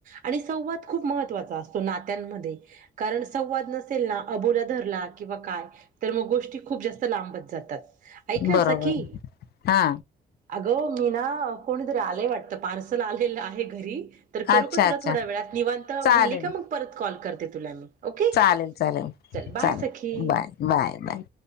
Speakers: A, on the right; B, on the left.
A: आणि संवाद खूप महत्त्वाचा असतो नात्यांमध्ये कारण संवाद नस तिल ना अबोला धरला किंवा काय तर मग गोष्टी खूप जास्त लांबत जातात ऐक ना
B: बरोबर
A: सखी
B: हा
A: अगं मीना कोणीतरी आलंय वाटतं पार्सल आलेलं आहे घरी तर करू
B: अच्छा
A: का तुला
B: अच्छा
A: थोड्या वेळात निवांत
B: चालेल
A: झाली का मग परत कॉल करते तुला मी ओके
B: चालेल चालेल
A: चल बाय
B: चालेल
A: सखी
B: बाय बाय बाय.